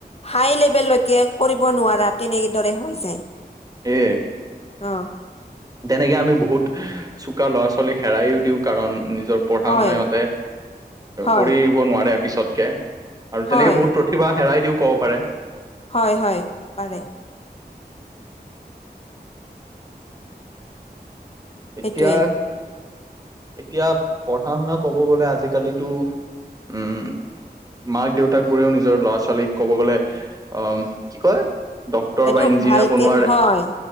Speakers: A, on the left; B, on the right.
A: হাই লেভেললৈকে কৰিব নোৱাৰা তেনেদৰে হৈ যায়।
B: এয়ে।
A: অ'।
B: তেনেকে আমি বহুত চোকা ল'ৰা ছোৱালীক হেৰাইযও দিওঁ কাৰণ নিজৰ পঢ়া
A: হয়
B: শুনা ইহহঁতে এ,
A: হয়
B: কৰি আহিব নোৱাৰে পিছতকে আৰু
A: হয়
B: তেনেকে বহুত কিবা হেৰাই দিও ক'ব পাৰে।
A: হয় হয়, পাৰে।
B: এতিয়া
A: সেইটোৱে।
B: এতিয়া পঢ়া শুনা ক'ব গ'লে আজিকালিতো, উম। মাক দেউতাকবোৰেও নিজৰ ল'ৰা ছোৱালীক ক'ব গ'লে অ' কি কয় ডক্টৰ
A: সেইটো
B: বা ইঞ্জিনিয়াৰ
A: ভালকে
B: বনোৱাৰ,
A: হয়